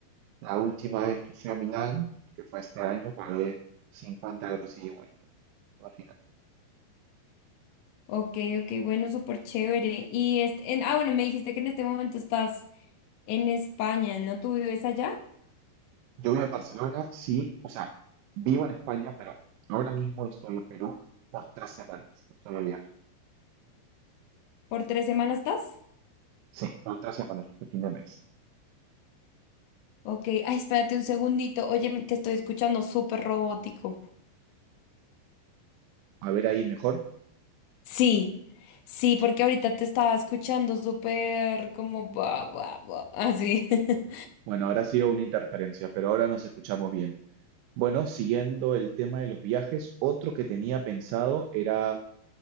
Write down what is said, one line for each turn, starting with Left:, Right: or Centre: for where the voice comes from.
Right: la última vez que fui a Milán, que fue este año, pagué 50 euros ida y vuelta. Imagínate.
Left: Ok, ok, bueno, súper chévere. Y, este, en- ah, bueno, me dijiste que en este momento estás en España, ¿no? ¿Tú vives allá?
Right: Yo vivo en Barcelona, sí, o sea, vivo en España, pero ahora mismo estoy en Perú por tres semanas que estoy de viaje.
Left: ¿Por tres semanas estás?
Right: Sí, por tres semanas este fin de mes.
Left: Ok, ay, espérate un segundito. Oye, me- te estoy escuchando súper robótico.
Right: A ver ahí mejor.
Left: Sí, sí, porque ahorita te estaba escuchando súper como buah, buah, buah, así. <laughs>
Right: Bueno, ahora ha sido una interferencia, pero ahora nos escuchamos bien. Bueno, siguiendo el tema de los viajes, otro que tenía pensado era